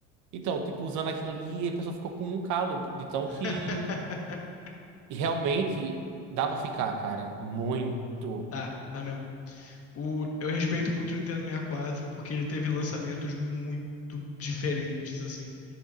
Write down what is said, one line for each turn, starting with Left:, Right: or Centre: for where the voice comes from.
Right: Então, tipo, usando aquilo ali, a pessoa ficou com um calo de tão
Left: <laughs>
Right: que. E realmente dá pra ficar, cara. Muito.
Left: Tá, tá mesmo. O, eu respeito muito o Nintendo 64 porque ele teve lançamentos muito diferentes, assim.